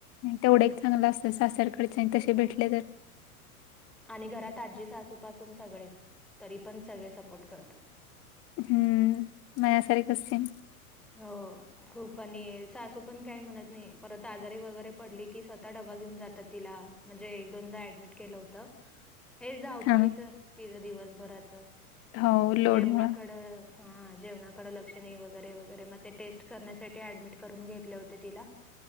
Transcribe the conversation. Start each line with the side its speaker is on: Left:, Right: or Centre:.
Left: तेवढं एक चांगलं असत सासरकडचे आणि तसे भेटले तर?
Centre: आणि घरात आजी सासूपासून सगळे आहेत, तरी पण सगळे सपोर्ट करतात.
Left: हम्म! माझ्यासारखच सेम.
Centre: हो, खूप आणि, सासू पण काही म्हणत नाही. परत आजारी वगैरे पडली की स्वतः डबा घेऊन जातात. तिला म्हणजे, एक दोनदा ऍडमिट केलं होत. हे धावपळीचं
Left: हा
Centre: तिंझ दिवसभराचं,
Left: हो लोडमुळं.
Centre: जेवणाकडं हा, जेवणाकडे लक्षणे वगैरे वगैरेम ते टेस्ट करण्यासाठी ऍडमिट करून घेतलं होतं तिला,